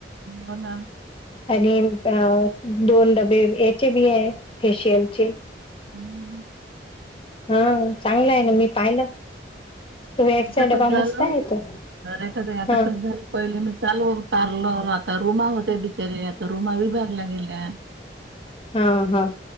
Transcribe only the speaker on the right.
हो ना.
हम्म.
आता कसं
झालं
अरे कसं आहे आता
कसं झालं पहिले मी चालो, उतरलो आता रुमा होत्या बिचारीे आता रुमा विभागल्या गेल्या.